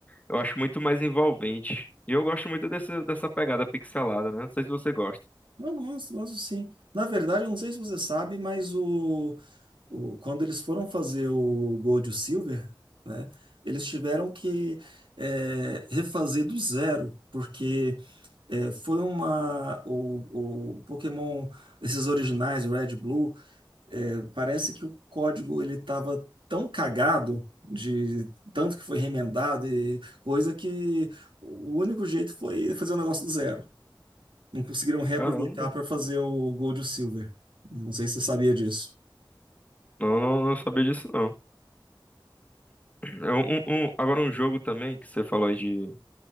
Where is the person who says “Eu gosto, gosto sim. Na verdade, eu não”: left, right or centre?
Right